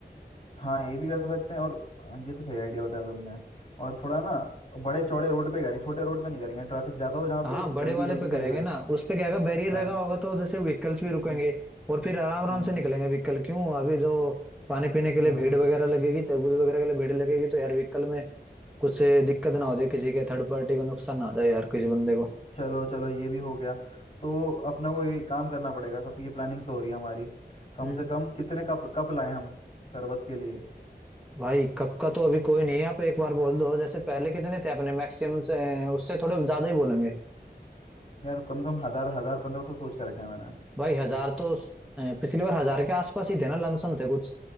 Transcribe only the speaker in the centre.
हाँ
बड़े
वाले
पे
करेंगे
ना उस पे क्या होगा बैरियर
लगा होगा तो जैसे व्हीकल्स भी रुकेंगे
और फिर आराम आराम
से निकलेंगे व्हीकल क्यों अभी जो पानी पीने के लिए
भीड़ वगैरह लगेगी तरबूज वगैरह के लिए भीड़ लगेगी तो यार व्हीकल में कुछ से दिक्कत ना हो जाए किसी के थर्ड पार्टी को नुकसान ना हो जाए यार किसी बंदे को
हम्म
भाई कब का तो अभी कोई नहीं है आप एक बार बोल दो जैसे पहले कितने थे अपने मैक्सिमम से उससे थोड़े ज्यादा ही बोलेंगे
भाई हजार तो अ, पिछली बार हजार के आसपास ही थे ना लमसम थे कुछ